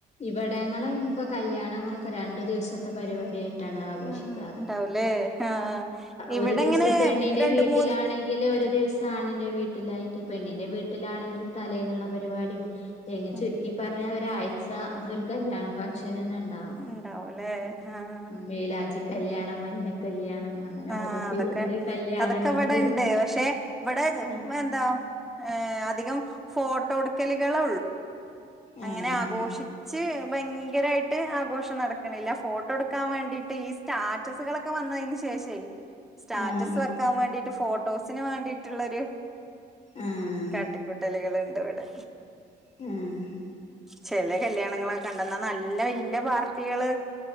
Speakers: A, on the left; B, in the centre.
A: ഇവിടങ്ങളും ഇപ്പൊ കല്യാണങ്ങളൊക്കെ രണ്ടു ദിവസത്തെ പരിപാടിയായിട്ട് ട്ടാണ് ആഘോഷിക്കാറ്
B: ആഹ് ഉണ്ടാവൂലേ ആഹ് ഇവിടെ
A: ഒരു ദിവസം
B: ഇങ്ങനെ
A: പെണ്ണിന്റെ
B: രണ്ട്
A: വീട്ടിലാണെകിലു
B: മൂന്ന്
A: ഒരു ഒരു ദിവസം ആണിന്റെ വീട്ടിലായി് പെണ്ണിന്റെ വീട്ടിലാണെങ്കിലും തലേന്നുള്ള പരിപാടി എങ്ങ
B: ഉം
A: ചുരുക്കി പറഞ്ഞാൽ ഒരാഴ്ച ഒരു കല്യാണ ഫംഗഷൻന്നണ്ടാവും
B: ഉണ്ടാവുംല്ലേ ആഹ്
A: മേലാഞ്ചി കല്ല്യാണം മഞ്ഞ കല്യാണം അങ്ങനെ
B: ആ
A: ഓരോ പേരില്
B: അതൊക്കെ
A: കല്യാണങ്ങളോട്
B: അതൊക്കെ ഇവിടെ ഇണ്ട് പക്ഷെ ഇവിടെ
A: ആഹ്
B: എന്താ അതികം ഫോട്ടോടുക്കലികള്ള അങ്ങനെ
A: ആഹ്
B: ആഘോ ഭയങ്കരായിട്ട് ആഘോഷം നടക്കണില്ല ഫോട്ടോ ടുക്കാൻ വേണ്ടിട്ട് ഈ സ്റ്റാറ്റസുകളൊക്കെ വന്നതിന് ശേ അയ്ശേരി സ്റ്റാറ്റസ്
A: ആഹ്
B: വെക്കാൻ വേണ്ടീട്ട് ഫോട്ടോസിന് വേണ്ടിട്ടുള്ളരു
A: ആഹ് ആഹ്
B: കാട്ടിക്കുട്ടലുകൾുണ്ട് ഇവടെ
A: ആഹ
B: ചെല കല്യാണങ്ങളൊക്കെ കണ്ടന്നാ നല്ല വല്ല്യ പാർട്ടികള്